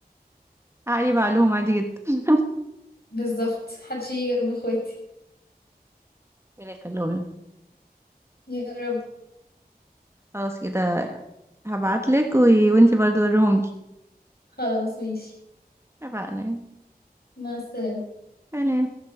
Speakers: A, on the right (about 15°); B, on the left (about 75°).
A: عقلي بقى لهم عادي جدا
B: <laughs> بالظبط محدش يجي جنب اخواتي
A: ربنا يخليهم لك
B: يا رب
A: خلاص كده هبعتلك و... وانتي برضو وريهم لي
B: خلاص ماشي
A: اتفقنا
B: مع السلامه
A: سلام